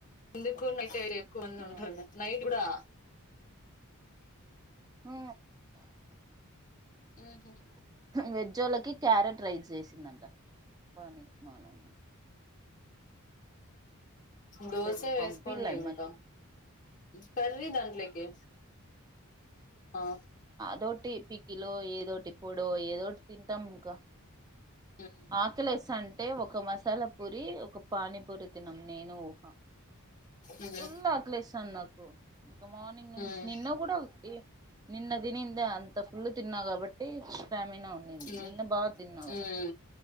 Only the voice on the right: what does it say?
ఆ
హ
వెజోలకి క్యారెట్ రైస్ చేసిందంట పనీర్ మూలమ
పె పంపిలే
అమ్మకి
దో టి ప కిలో ఏదో టిప్ ఇప్పుడు ఏదోటి తింటాం ఇంకా
ఆకలి వస్తాం అంటే ఒక మసాలా పూరి ఒక పాణిపుూరి తినం నేను ఊహ
ఫుల్ ఆకలిస్తాను నాకు ఇంకా మార్నింగ్ నుంచి
నిన్న కూడా ఏ నిన్న దినంద అంత ఫుల్ తిన్నాగాబట్టి స్ త ఉడి
నిన్న బాగా తిన్నా కద